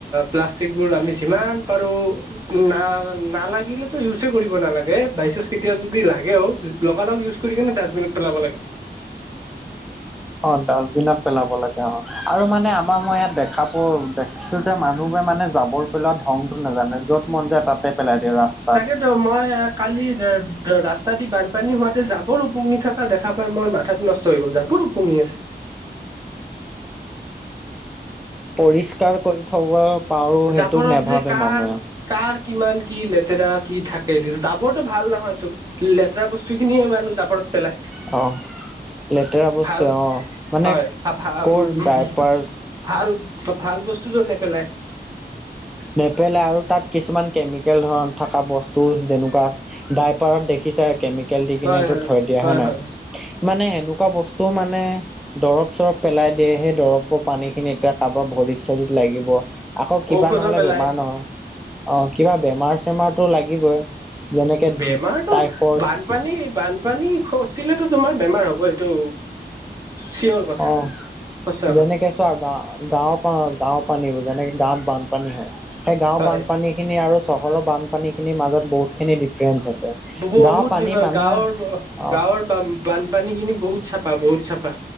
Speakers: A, on the right (about 20°); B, in the centre.
A: প্লাষ্টিকবোৰ আমি যিমান পাৰো ন নালাগিলে ইউজে কৰিব নালাগে বাইচাঞ্চ কেতিয়া যদি লাগেও লগা লগ ইউজ কৰি কিনে ডাষ্টবিনত পেলাব লাগে।
B: অ, ডাষ্টবিনত পেলাব লাগে অ, আৰু মানে আমাৰ মই ইয়াত দেখা প পি যে মানুহবে মানে যাবৰ পেলোৱা ধংটো নাজানে য'ত মন যায় তাতে পেলাই দিয়ও ৰাস্তা
A: তাকেতো মই কালি ৰাস্তা দি বানপানী হোৱাতে জাবৰ ওপঙি থকা দেখা পাই মই মাথাতটো নষ্ট হৈ গ'ল জাবৰ ওপঙি আছে।
B: পৰিষ্কাৰ কৰি থব পাৰো সেইটো
A: জাবৰত
B: নাভাবে
A: যে কাৰ
B: মানুহে।
A: কাৰ কিমান কি লেতেৰা কি থাকে যাবৰটো ভাল নহয়তো ল লেতেৰা বস্তু খিনিয়ে মানুহ জাবৰত পেলায়।
B: অ', লেতেৰা বস্তু
A: ভাল
B: অ মানে
A: হয় ভ ভ
B: কৰ
A: <unintelligible>
B: ডাইপাৰ
A: ভাল - ভাল বস্তুটো নেপেলাই।
B: নেপেলাই আৰু তাত কিছুমান কেমিকেল ধৰণ থকা বস্তু যেনেকুৱা আছে। ডাইপাৰত দেখিছে কে কেল দি কিনে
A: হয় হয়
B: থৈ দিয়া
A: হয়
B: হে নাই
A: হয়
B: মানে সেনেকুৱা বস্তু মানে দৰব চৰব পেলাই দিয়ে সেই দৰবৰ পানীখিনি এতিয়া কাৰোবাক ভৰিত চৰিত লাগিব। আকৌ কিবা
A: ঔষধো
B: নহলে
A: পেলাই
B: বেমাৰ নহল, অ, কিবা বেমাৰ চেমাৰতো লাগিবই। যেনেকে
A: বেমাৰতো
B: টাইফইড।
A: বানপানী - বানপানী খচিলেতো তোমাৰ বেমাৰ হ'ব সেইটো চিয়ৰ কথা
B: অ
A: সচা
B: যেনেকে
A: কথা।
B: গা- গাঁওৰ গাওৰ পানীবোৰ যেনেকে গাঁৱত বানপানী হয় সেই গাঁওৰ বানপানী
A: হয়
B: খিনি আৰু চহৰৰ বানপানী খিনিৰ মাজত বহুতখিনি ডিফাৰেন্ঞ্চ আছে।
A: বহুত
B: গাঁৱৰ পানী মানুহে
A: গাঁৱৰ -
B: অ
A: গাঁৱৰ বানপানী খিনি বহুত চাপা বহুত চাপা